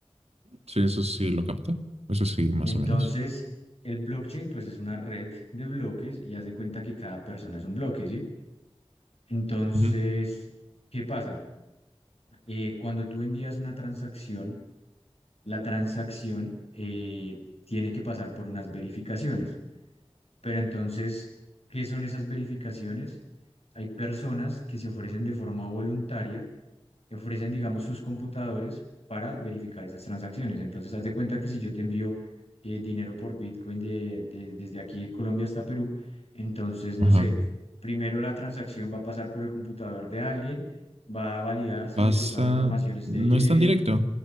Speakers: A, on the right (about 85°); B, on the left (about 75°).
A: Sí, eso sí lo capto. Eso sí, más
B: Entonces,
A: o menos.
B: el blockchain, pues, es una red de bloques y haz de cuenta que cada persona es un bloque, ¿sí? Entonces,
A: Ujú.
B: ¿qué pasa? Eh, cuando tú envías una transacción, la transacción eh, tiene que pasar por unas verificaciones. Pero entonces, ¿qué son esas verificaciones? Hay personas que se ofrecen de forma voluntaria, que ofrecen, digamos, sus computadores para verificar esas transacciones. Entonces, haz de cuenta que si yo te envío eh, dinero por Bitcoin de- de- desde aquí de Colombia hasta Perú, entonces, no
A: Ajá.
B: sé, primero la transacción va a pasar por el computador de alguien, va a validarse
A: Pasa,
B: de que toda la información esté
A: no
B: bien,
A: es tan directo,